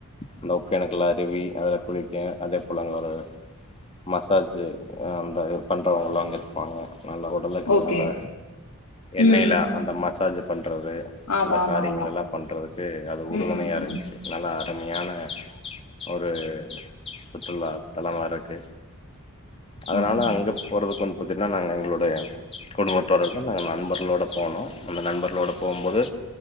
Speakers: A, on the left; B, on the left.
A: அந்த ஒகேனக்கல் அருவி அதுல குளிக்கேன் அதே போல அங்க ஒரு மசாஜு அ அந்த பண்றவங்கல்லா அங்க இருப்பாங்க நல்லா ஒர் ளக்கு
B: ஓகே
A: வேலை எண்ணெய்ல
B: ம் ம்
A: அந்த மசாஜ் பண்றது
B: ஆமா
A: அந்த
B: ஆமா
A: காரியங்கள்
B: ஆமா
A: எல்லா பண்றதுக்கு அது உறுதுணையா
B: ம் ம் ம்
A: இருன்ச்சு
B: ம்
A: நல்லா அருமையான அ ஒரு சுற்றுலா தலமா இருக்கு அதனால
B: ம்
A: அங்க போறதுக்கு வந்து பாத்தீங்கன்னா நாங்க எங்களுடைய குடும்பத்தோட இல்ல நாங்க நண்பர்களோட போனோ அந்த நண்பர்களோட போம்போது